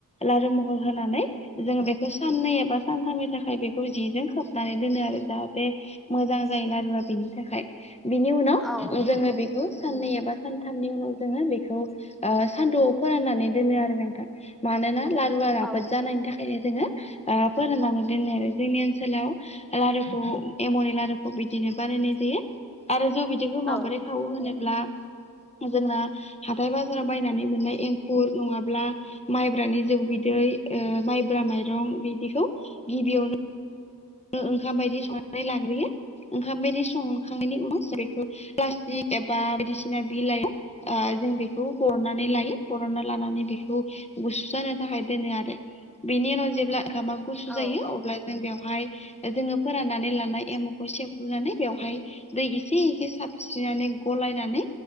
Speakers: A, on the left; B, in the centre.
A: लारु महर होनानै जोङो बेखौ साननै एबा सानथामनि थाखाय बेखौ जिजों खोबनानै दोनो आरो जाहाथे मोजां जायो लारुआ बेनो थाखाय बिनि उनाव
B: औ नंगौ
A: जोङो बेखौ साननै एबा सानथामनि उनाव जोङो बेखौ ओ सानदुंआव फोराननानै दोनो आरो नोंथां। मानोना लारुआ राफोद
B: औ
A: जानायनि थाखाय जोङो ओ फोराननानै दोनो आरो जोंनि ओनसोलाव लारुखौ एमावनि लारुखौ बिदिनो बानायनाय जायो आरो जौ बिदैखौ माबोरै
B: औ
A: खावो होनोब्ला। जोंना हाथाय बाजाराव बायनानै मोननाय एंखुर नङाब्ला माइब्रानि जौ बिदै दै ओ मायब्रा मायरं बिदिखौ गिबियावनो ओंखाम बायदि संनानै लाग्रोयो ओंखाम बायदि संखांनायनि उनाव जों बेखौ प्लास्टिक एबा बायदिसिना बिलाइआव ओ जों बेखौ बरनानै लायो बरनना लानानै बे खौ गुसु जानो थाखाय दोनो आरो बिनि उनाव जेब्ला ओंखामा गुसु
B: औ
A: जायो अब्ला जों बेवहाय जोङो फोराननानै लानाय एमुखौ सेफ्रुनानै बेवहाय दै एसे एसे साबस्रिनानै गलायनानै